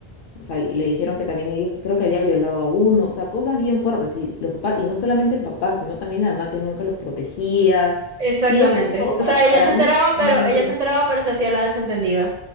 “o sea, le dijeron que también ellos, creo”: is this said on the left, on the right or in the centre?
Left